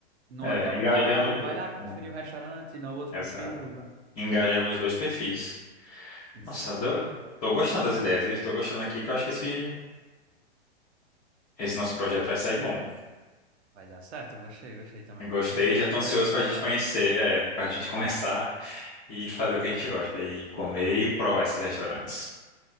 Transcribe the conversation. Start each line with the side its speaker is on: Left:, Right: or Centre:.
Right: no
Left: É,
Right: hotel
Left: engajando
Right: tal,
Left: os
Right: vai
Left: dois.
Right: lá conferir
Left: É,
Right: o restaurante no outro
Left: exato.
Right: perfil.
Left: Engajando os dois perfis.
Right: Exatamente.
Left: Nossa, adoro. Tô gostando das ideias, viu? Tô gostando aqui que eu acho que esse, esse nosso projeto vai sair bom.
Right: Vai dar certo, gostei, gostei também.
Left: Gostei,
Right: Muitas
Left: já tô
Right: ideias
Left: ansioso pra
Right: legais.
Left: gente conhecer, é, pra gente começar e fazer o que a gente gosta, e comer e provar esses restaurantes.